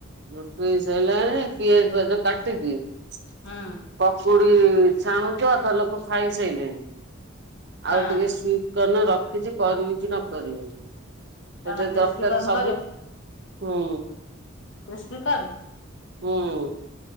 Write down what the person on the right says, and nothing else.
ରୁଟି ସଇଲାଣି ପିଆଜ ଫିଆଜ କାଟିକି <unintelligible>
ପୁରୀ ଛାଣୁଛୁ ଅଧା ଲୋକ ଖାଇସାଇଲେଣି,
ଆଉ ଟିକେ ଉନ ରଖିଛି କରିବି କି ନ କରିବି, ସେଥେରେ
ଦରକାର
ସବୁ ହୁଁ।
ହୁଁ।